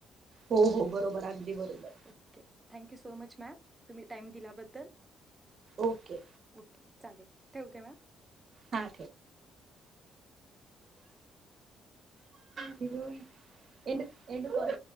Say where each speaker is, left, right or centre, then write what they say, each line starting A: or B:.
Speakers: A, on the right; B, on the right.
A: हो हो बरोबर अगदी बरोबर
B: okay thank you so much ma'am तुम्ही टाइम दिल्याबद्दल
A: ओके
B: ओके चालेल ठेवते मॅम
A: हा एंड कॉल